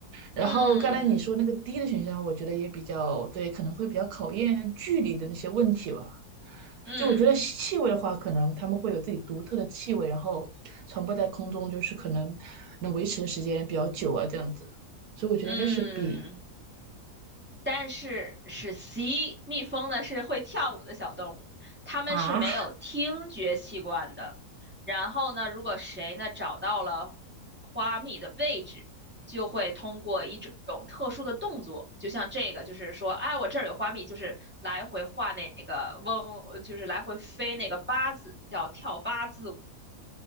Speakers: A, on the right; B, on the right.
A: 然后刚才你说那个低的选项，
B: 嗯
A: 我觉得也比较对，可能会比较考验距离的那些问题吧。
B: 嗯
A: 就我觉得气味的话，可能他们会有自己独特的气味，然后传播在空中，就是可能能维持的时间比较久啊，这样子。所以我觉得应该是比
B: 嗯，但是是 C，蜜蜂呢是会跳舞的小动物，它们是没有听觉器官的。
A: 啊。
B: 然后呢，如果谁呢找到了花蜜的位置，就会通过一种特殊的动作，就像这个，就是说，哎，我这儿有花蜜，就是来回画那个嗡，就是来回飞那个八字，叫跳八字舞，